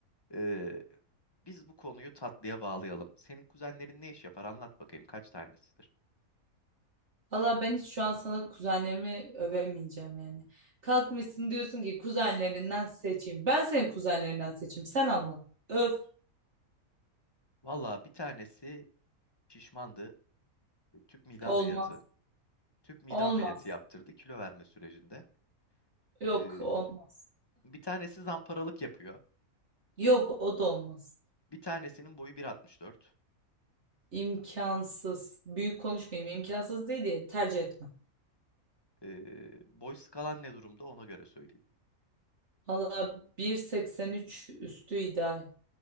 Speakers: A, on the left; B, on the right.
A: E, biz bu konuyu tatlıya bağlayalım. Senin kuzenlerin ne iş yapar? Anlat bakayım kaç tanesidir?
B: Valla ben hiç şu an sana kuzenlerimi övemeyeceğim yani. Kalkmışsın diyorsun ki kuzenlerinden seçeyim. Ben senin kuzenlerinden seçeyim. Sen anlat. Öv.
A: Valla bir tanesi şişmandı. Tüp mide
B: Olmaz.
A: ameliyatı. Tüp mide
B: Olmaz.
A: ameliyatı yaptırdı kilo verme sürecinde.
B: Yok
A: E,
B: olmaz.
A: bir tanesi zamparalık yapıyor.
B: Yok o da olmaz.
A: Bir tanesinin boyu 1.64.
B: İmkansız. Büyük konuşmayayım. İmkansız değil diye tercih etmem.
A: E, boy skalan ne durumda ona göre söyleyeyim.
B: Valla 1.83 üstü ideal.